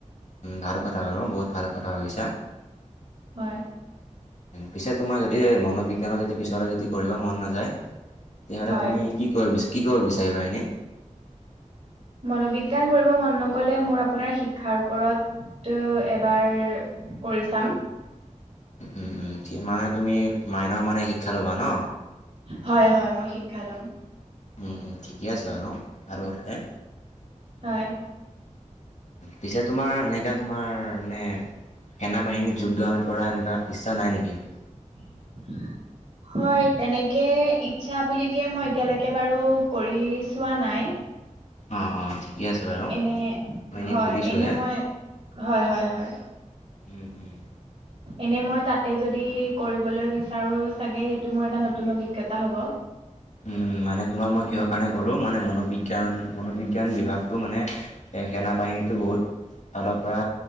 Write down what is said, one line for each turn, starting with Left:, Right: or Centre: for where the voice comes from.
Left: ভাল কথা বাৰুঁ বহুত ভাল কথা ভাবিছা।
Right: হয়।
Left: পিছে তোমাৰ যদি মনোবিজ্ঞানত যদি পিছৰে যদি কৰিব মন নাযায়। তেতিয়াহ'লে
Right: হয়
Left: তুমি কি কৰিব কি কৰিব বিচাৰিবা এনে
Right: মনোবিজ্ঞান কৰিব মন নগলে মোৰ আপোনাৰ শিক্ষাৰ ওপৰত তটো এবাৰ কৰি চাম।
Left: উম উম মানে তুমি মাইনৰ মানে শিক্ষা ল'বা ন
Right: হয় হয় মই শিক্ষা লম।
Left: উম উম ঠিকে আছে বাৰু ভাল কথাহে
Right: হয়
Left: পিছে তোমাৰ এনেকুৱা তোমাৰ মানে। সেনা বাহিনীত যোগদণ কৰা এনেকুৱা ইচ্ছা নাই নেকি?
Right: <inaudible> হয় তেনেকৈ ইচ্ছা বুলিকে মই এতিয়ালৈকে বাৰু কৰি চোৱা নাই।
Left: অঁ অঁ ঠিকে আছে বাৰু
Right: এনে
Left: মই এনেই
Right: হয়
Left: সুধিছোঁহে
Right: এনে মই হয় হয় হয়।
Left: উম উম।
Right: এনে মই তাতে যদি কৰিবলৈ বিচাৰো চাগে সেইটো মোৰ এটা নতুন অভিজ্ঞতা হ'ব।
Left: উ মানে তোমাৰ মই কিহৰ কাৰণে গ'লো মানে মনোবিজ্ঞান মনোবিজ্ঞান বিভাগ টো মানে স সেনা বাহিনীটো বহুত ফালৰ পৰা